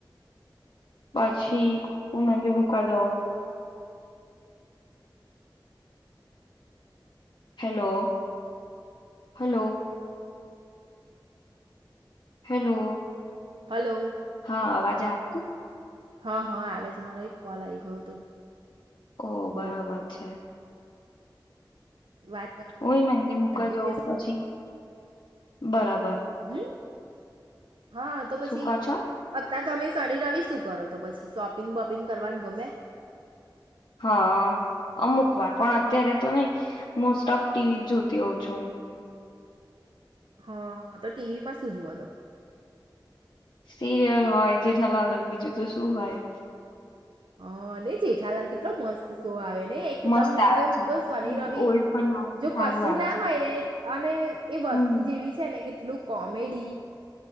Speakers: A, on the left; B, on the right.
A: પછી હું મંદી મૂકા જાઉં. Hello hello. હેલો.
B: હલો.
A: હા અવાજ આવ થી.
B: હા હા આવે છે મારો એક કોલ આવી ગયો હતો.
A: ઓ
B: બોલો
A: બરોબર છે.
B: વાત
A: ઓ મંદી મુૂકા
B: કન્ટિન્યુઅસ
A: જવં પછી. બરાબર.
B: હમ. હા તો પછી.
A: શું કો છો
B: ત્યા તમે શનિ રવિ શું કરો તો પછી શોપિંગ બોપિંગ કરવાનું ગમે.
A: હા અમુક વાર પણ અત્યારે તો નહી મોસ્ટ ઓફ ટીવી જ જોતી હોઉં છું.
B: હા તો ટીવીમાં શું જુઓ તમ.
A: સિરિયલ હોય જેઠા લાલ બીજું તો શું હોય.
B: હ ની જેઠાલાલ કેટલો મસ્ત શો આવે. ને એકદમ
A: મસ્ત
B: મન
A: આવે
B: તો હું
A: છે
B: તો શનિ રવિ
A: ઓલ્ડ પણ આવે
B: જો
A: છે સારું
B: કશું
A: આવે
B: ના
A: છે
B: હોય ને અને એ વસ્તુ
A: હમ
B: જેવી છે ને કેટલું. કોમેડી.